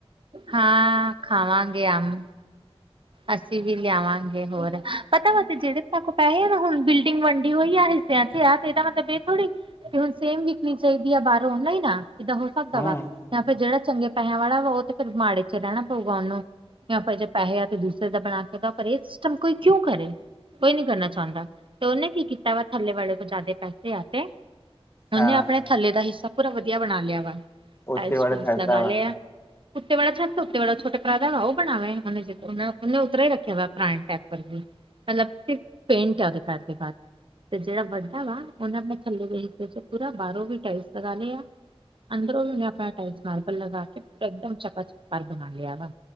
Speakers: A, on the right (about 55°); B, on the left (about 25°).
A: ਹਾਂ, ਖਾਵਾਂਗੇ ਅੰਮ।
B: <inaudible>
A: ਅਸੀਂ ਵੀ ਲਿਆਵਾਂਗੇ ਹੋਰ, ਪਤਾ ਵ ਤੇ ਜਿਹੜੇ ਤਾਕੋ ਪੈਸੇ ਨਾ ਹੁਣ ਬਿਲਡਿੰਗ ਵੰਡੀ ਹੋਈ ਆ ਹਿੱਸਿਆਂ ਚ ਯ ਇਹਦਾ ਮਤਲਬ ਇਹ ਥੋੜ੍ਹੀ ਕਿ ਹੁਣ ਸੇਮ ਵਿਕਣੀ ਚਾਹੀਦੀ ਆ ਬਾਹਰੋਂ ਨਹੀਂ ਨਾਂ? ਇੱਦਾਂ ਹੋ ਸਕਦਾ
B: ਹੂੰ
A: ਵਾ ਜਾਂ ਫਿਰ ਜਿਹੜਾ ਚੰਗੇ ਪੈਹਿਆਂ ਵਾਲਾ ਵਾ ਉਹ ਤੇ ਫੇਰ ਮਾੜੇ ਚ ਰਹਿਣਾ ਪਊਗਾ ਉਹਨੂੰ! ਜਾਂ ਫਿਰ ਜੇ ਪੈਸੇ ਆ ਤੇ ਦੂਸਰੇ ਦਾ ਬਣਾ ਕੇ ਦ ਪਰ ਇਹ ਸਿਸਟਮ ਕੋਈ ਕਿਉਂ ਕਰੇ? ਕੋਈ ਨੀਂ ਕਰਨਾ ਚਾਹੁੰਦਾ ਤੇ ਉਹਨੇਂ ਕੀ ਕੀਤਾ ਵਾ ਥੱਲੇ ਵਾਲੇ ਕੋਲ ਜ਼ਿਆਦਾ ਪੈਸੇ ਆ ਤੇ। ਉਹਨੇ
B: ਹਾਂ
A: ਆਪਣੇ ਥੱਲੇ ਦਾ ਹਿੱਸਾ ਪੂਰਾ ਵਧੀਆ ਬਣਾ ਲਿਆ ਵਾ,
B: ਉੱਤੇ
A: ਟਾਇਲਸ
B: ਵਾਲਾ
A: ਟੂਲਸ
B: ਛੱਡਦਾ
A: ਲਗਾ
B: ਵਾ
A: ਲਏ ਆ। ਉੱਤੇ ਵਾਲਾ ਸਭ ਤੋਂ ਉੱਤੇ ਵਾਲਾ ਛੋਟੇ ਭਰਾ ਦਾ ਵਾ ਉਹ ਬਣਾਵੇ ਉਹਨੇ ਉਤਰਾਂ ਈ ਰਖਿਆ ਵਾ ਪਰਾਣੇ ਟਾਈਪ ਮਤਲਬ ਸਿਰਫ਼ ਪੇਂਟ ਉਹਦੇ ਘਰ ਦੇ ਬਾਹਰ। ਤੇ ਜਿਹੜਾ ਵੱਡਾ ਵਾ ਉਹਨੇ ਆਪਣੇ ਥੱਲੇ ਦੇ ਹਿੱਸੇ ਚ ਪੂਰਾ ਬਾਹਰੋਂ ਵੀ ਟੈਲਸ ਲਗਾ ਲੇ ਆ। ਅੰਦਰੋਂ ਵੀ ਆਪਣਾ ਟਾਈਲਸ ਮਾਰਬਲ ਲਗਾ ਕੇ ਇੱਕਦਮ ਚਕਾ ਚਕ ਬਣਾ ਲਿਆ ਵਾ।